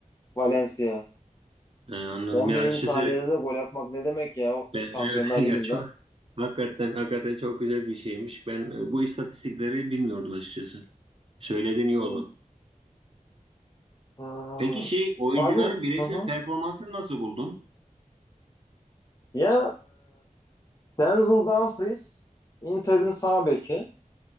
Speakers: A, on the left (about 25°); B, on the right (about 45°).
A: Valencia.
B: Ee, anladım.
A: On
B: Ya
A: birinci
B: açıkçası
A: saniyede de gol atmak ne demek ya
B: ben <laughs>
A: Şampiyonlar
B: evet, ya
A: Ligi'nde?
B: çok hakikaten hakikaten çok güzel bir şeymiş. Ben e, bu istatistikleri bilmiyordum açıkçası. Söylediğin iyi
A: Hı.
B: oldu.
A: Aa,
B: Peki şey oyuncuların
A: abi
B: bireysel
A: hı hı.
B: performansını nasıl buldun?
A: Ya e, Denzel Dumfries Inter'in sağ beki.